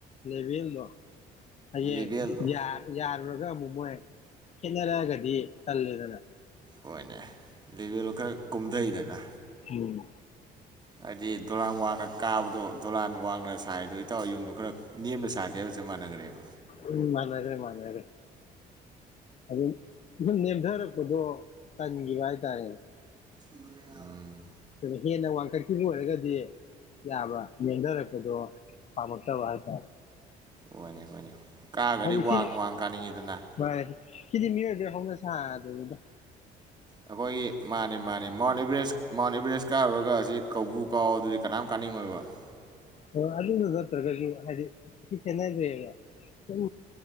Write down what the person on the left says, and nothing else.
ꯂꯦꯕꯦꯜꯗꯣ꯫ ꯍꯥꯌꯦꯡ
ꯌꯥꯔ ꯌꯥꯔ <unintelligible> ꯑꯃꯨꯛ ꯃꯣꯏ ꯈꯦꯠꯅꯔꯛꯑꯒꯗꯤ ꯇꯜꯂꯤꯗꯅ꯫
ꯎꯝ꯫
ꯎꯝ ꯃꯅꯔꯦ ꯃꯅꯔꯦ ꯑꯗꯨ <unintelligible> <unintelligible> ꯇꯟꯒꯤꯕ ꯍꯥꯏ ꯇꯥꯔꯦ꯫
ꯑꯗꯨ ꯍꯦꯟꯅ ꯋꯥꯡꯈꯠꯈꯤꯕ ꯑꯣꯏꯔꯒꯗꯤ ꯌꯥꯕ ꯅꯦꯝꯗꯔꯛꯄꯗꯣ꯫ ꯄꯥꯃꯛꯇ ꯍꯥꯏꯇꯥꯔꯦ꯫
ꯍꯥꯏꯗꯤ
ꯁꯤ
ꯃꯥꯅꯦ ꯁꯤꯗꯤ ꯃꯤꯑꯣꯏꯕꯒꯤ ꯍꯧꯅꯁꯥ ꯍꯥꯏꯗꯨꯅꯤꯗ꯫
ꯑꯣ ꯑꯗꯨꯗ ꯅꯠꯇ꯭ꯔꯒꯁꯨ ꯍꯥꯏꯗꯤ ꯊꯤ ꯈꯦꯠꯅꯈ꯭ꯔꯌꯦꯕ ꯁꯨꯝ